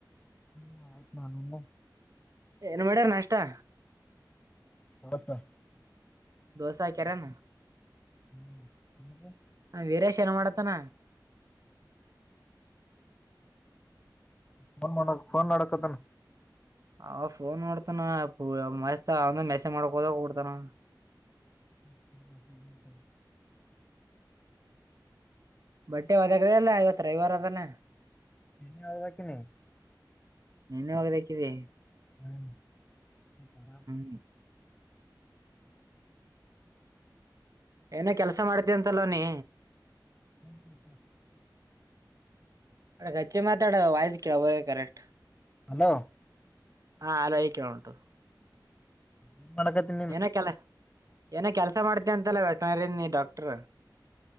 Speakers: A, on the left; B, on the right.
A: ಹ್ಮ ಆಯ್ತಪಾ ನಿಂದ?
B: ಏನ್ ಮಾಡ್ಯಾರ ನಾಷ್ಟಾ?
A: ಅವಲಕ್ಕಿ.
B: ದೋಸಾ ಹಾಕ್ಯರ್ ಏನ್?
A: ಹ್ಮ್ ನಮಗೆ?
B: ಹ ವೀರೇಶ್ ಏನ ಮಾಡತನ
A: ಫೋನ್ ನೋಡ ಫೋನ್ ನೋಡಕತನ
B: ಅವ ಫೋನ್ ಮಾಡತಾನ ಪ ಮಸ್ತ್ ಅಮೇಕ ಮೆಸೇಜ್ ಮಾಡಕ್ಕ ಹೋಗ್ಬಿಡ್ತಾನ
A: <inaudible>
B: ಬಟ್ಟೆ ಒದಾಗದ ಅಲ್ಲ ಇವತ್ತು ರೈವರ್ ಅದಾನ
A: ನಾ ಹೋತಿನಿ
B: ನೆನ್ನೆ ಹೋಗದಾಕಿದೆ
A: ಹ್ಮ್
B: ಹ್ಮ್ ಏನೋ ಕೆಲಸ ಮಾಡ್ತೀಯ ಅಂತಲ್ಲ ನೀ
A: ಹ್ಮ್ ಹ್ಮ್ ಹ್ಮ್
B: <unintelligible> ಹೆಚ್ಚಿ ಮಾತಾಡ ವಾಯಸ್ ಕೇಳರ ಕರೆಕ್ಟ್
A: ಹಲೋ
B: ಹಾ ಹಲೋ ಇಗ ಕೇಳ ಉಂಟು
A: ಏನ್ ಮಾಡಕತಿ
B: ಏನ ಕೆಲ್ಲ ಏನೋ ಕೆಲಸ ಮಾಡ್ತಿಯಂತಲ್ಲ ವೆಟನರಿ ನೀ ಡಾಕ್ಟರ್